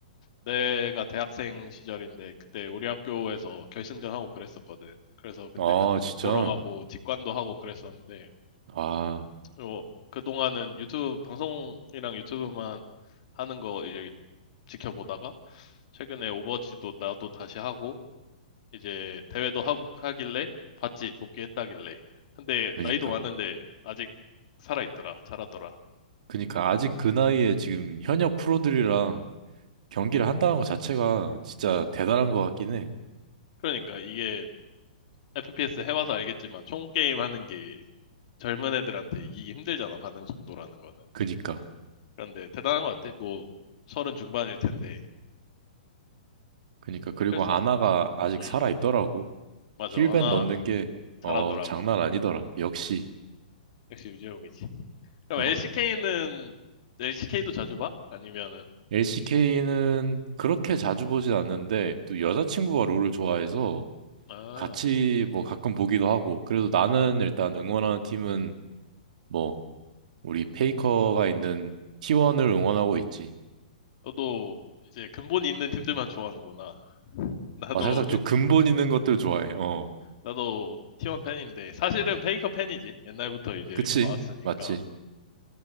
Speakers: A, on the left; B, on the right.
A: 내가 대학생 시절인데 그때 우리 학교에서 결승전 하고 그랬었거든. 그래서 그때
B: 아,
A: 같이
B: 진짜.
A: 보러 가고 직관도 하고 그랬었는데
B: 아,
A: 그리고 그동안은 유튜브 방송이랑 유튜브만 하는 거 이제 지켜보다가 최근에 오버워치도 나도 다시 하고 이제 대회도 하고 하길래 봤지 복귀했다길래 근데
B: 그니까.
A: 나이도 많은데 아직 살아있더라 잘하더라
B: 그니까. 아직 그 나이에 지금 현역 프로들이랑 경기를 한다는 것 자체가 진짜 대단한 것 같긴 해.
A: 그러니까 이게 FPS 해봐서 알겠지만 총 게임 하는 게 젊은 애들한테 이기기 힘들잖아 반응 속도라는 거는
B: 그니까.
A: 그런데 대단한 것 같아 뭐 서른 중반일 텐데
B: 그니까 그리고
A: 그래서
B: 아나가 아직
A: 음
B: 살아 있더라고.
A: 맞아
B: 힐벤
A: 아나
B: 넣는 게
A: 잘하더라고
B: 어, 장난 아니더라. 역시.
A: 역시 유재용이지 그럼
B: 어.
A: LCK는 LCK도 자주 봐? 아니면은
B: LCK는 그렇게 자주 보진 않는데 또 여자친구가 롤을 좋아해서
A: 아
B: 같이 뭐 가끔 보기도 하고. 그래도 나는 일단 응원하는 팀은 뭐 우리 페이커가 있는 T1을 응원하고 있지.
A: 너도 이제 근본이 있는 팀들만 좋아하는구나 나도
B: 아, 살짝
A: 페-
B: 좀 근본 있는 것들 좋아해. 어.
A: 나도 T1 팬인데 사실은 페이커 팬이지. 옛날부터 이제
B: 그치?
A: 봐왔으니까.
B: 맞지?